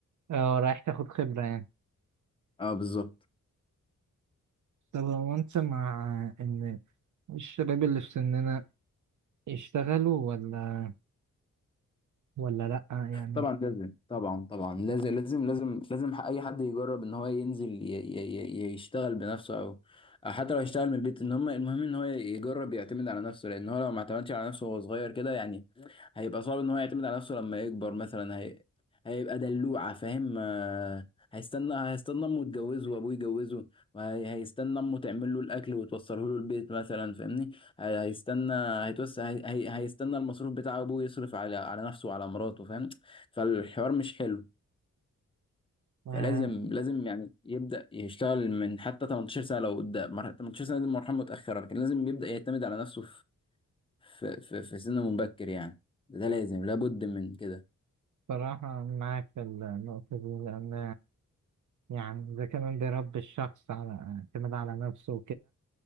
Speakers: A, on the right (about 70°); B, on the left (about 15°).
A: اه رايح تاخد خبرة يعني
B: اه بالظبط
A: طب هو انت مع ان الشباب اللي في سننا يشتغلوا ولا ولا لأ يعني
B: طبعا لازم طبعا طبعا لازم لازم لازم لازم اي حد يجرب ان هو ينزل ي- ي- ي- يشتغل بنفسه او حتى لو يشتغل من البيت ان هم المهم ان هو يجرب يعتمد على نفسه لان هو لو ما اعتمدش على نفسه وهو صغير كده يعني هيبقى صعب ان هو يعتمد على نفسه لما يكبر مثلا هي... هيبقى دلوعة فاهم آه، هيستنى هيستنى امه تجوزه وابوه يجوزه وهيستنى امه تعمل له الاكل وتوصله له البيت مثلا فاهمني هي- هيستنى هيتوسع هي... هي- هيستنى المصروف بتاع ابوه يصرف على على نفسه وعلى مراته فاهم فالحوار مش حلو
A: آه،
B: فلازم لازم يعني يبدأ يشتغل من حتى 18 سنة لو قدام مر- 18 سنة دي مرحلة متأخرة لكن لازم يبدأ يعتمد على نفسه في في في, في سن مبكر يعني ده لازم لابد من كده
A: صراحة معاك في النقطة دي لأن يعني ده كمان بيربي الشخص على اعتماد على نفسه